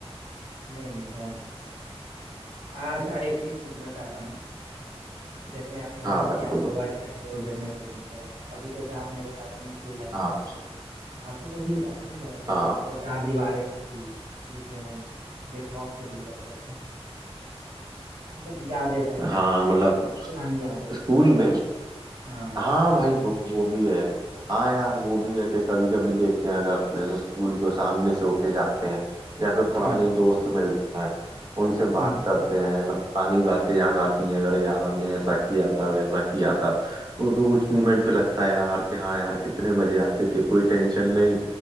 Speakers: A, on the right; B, on the right.
A: नहीं नहीं बहुत सही बात अच्छा एक चीज पूछना चाहता हूँ जैसे आपने
B: हाँ
A: कहा
B: भाई
A: कि आप
B: बोलो
A: वर्क करते हो बिजनेस बिजनेस है अभी जैसे आप मेरे साथ अपनी स्कूल लाइफ
B: हाँ
A: की बातें की आपको कभी ऐसा नहीं लगा कि
B: हाँ
A: वो चार दीवारें ही थी जिसमें हम बेखौफ कुछ भी करते थे मतलब यादें टाइप
B: हाँ मतलब
A: पुरानी यादें
B: स्कूल में
A: हाँ
B: हाँ भाई वो वो भी है हाँ यार वो भी है कि कभी कभी देखते हैं अगर जैसे स्कूल के सामने से होके जाते हैं या फिर पुराने
A: हम्म
B: दोस्त मिलते हैं उनसे
A: हम्म
B: बात करते हैं ना पुरानी बातें याद आती हैं अगर यार हमने ऐसा किया था वैसा किया था वो तो उस मोमेंट पे लगता है यार कि हाँ यार कितने मजे आते थे कोई टेंशन नहीं